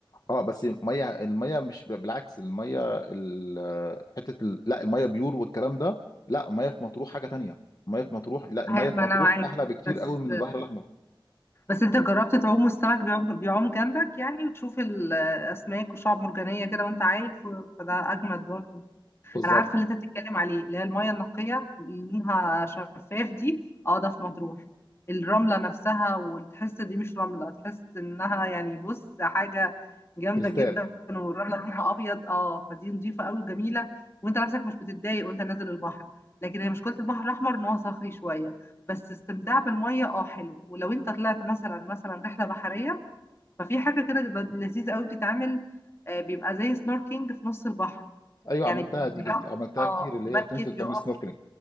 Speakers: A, on the left; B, on the left.
A: اه بس ميه الميه مش بالعكس الميه ال- حته ال... لا الميه بيور والكلام ده لا الميه في مطروح حاجه تانية الميه في مطروح لا الميه
B: ه-
A: في
B: ما
A: مطروح
B: انا معاك
A: احلى بكتير
B: بس
A: قوي من البحر الاحمر
B: بس انت جربت تعوم والسمك بيعوم بيعوم جنبك يعني وتشوف الاسماك وشعب مرجانية كده وانت عايم ف- فده اجمد برضه
A: بالظبط
B: انا عارفه اللي انت بتتكلم عليه اللي هي المايه النقيه اللي لونها شفاف دي اه ده في مطروح الرمله نفسها وتحس دي مش رمله تحس انها يعني بص حاجه جامده
A: كريستال
B: جدا والرمله لونها ابيض اه فدي نظيفه قوي وجميله وانت نفسك مش بتتضايق وانت نازل البحر لكن هي مشكله البحر الاحمر ان هو صخري شويه بس استمتاع بالميه اه حلو ولو انت طلعت مثلا مثلا رحله بحريه ففي حاجه كده لذيذه قوي بتتعمل آه، بيبقى زي سنوركينج في نص البحر
A: ايوه
B: يعني
A: عملتها دي
B: بيقف
A: جي- عملتها
B: اه
A: كتير اللي
B: المركب
A: هي تنزل تعمل
B: يقف
A: سنوركلينج